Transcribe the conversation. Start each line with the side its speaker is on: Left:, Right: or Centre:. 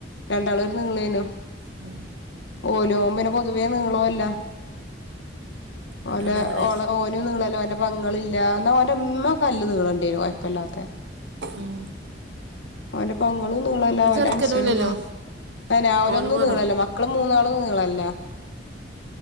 Left: രണ്ടാളും ഒരു നിളേനു
Right: എ
Left: പോ ഓ പിന്നെ പൊതുവേ നീളോല്ല
Right: അതാണ്
Left: ഓല
Right: അങ്ങനെ
Left: ഓള ഓനും നിളല്ല ഓന്റെ പെങ്ങൾ ഇല്ല എന്നാഓന്റെ ഉമ്മക്കെ നല്ല നീളണ്ടേയ്ന് കൊഴപ്പല്ലാത്ത
Right: ഉം
Left: ഓന്റെപ്പം ങ്ങളും നീളല്ല ഓന്റെ
Right: ചെറുക്കനും
Left: അനുസനൊന്നും
Right: ഇല്ലല്ലോ
Left: അന അവനൊന്നും
Right: ഓന് കുറവാ
Left: നീളല്ല മക്കളും മൂന്നാളും നീളല്ല